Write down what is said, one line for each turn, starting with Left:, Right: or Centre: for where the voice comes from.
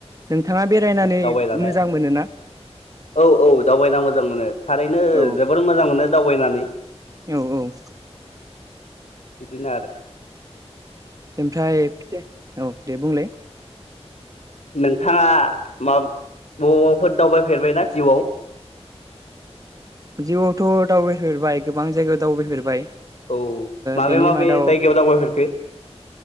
Right: नोंथाङा बेरायनानै
Left: दावबायनानै
Right: मोजां मोनोना
Left: औ औ दावबायना मोजां मोनो थारैनो
Right: औ
Left: जोबोर मोजां मोनो दावबायनानै।
Right: औ औ।
Left: <inaudible> इदिनो आरो
Right: ओमफ्राय फिथा औ दे बुंलाय।
Left: नोंथाङा मा बबावबाफोर दावबायफेरबायना जिउआव?
Right: जिउआवथ' दावबायफेरबाय गोबां जायगायाव दावबायफेरबाय।
Left: औ माबे
Right: बेनि
Left: माबे
Right: मादाव
Left: जायगायाव दावबायफेरखो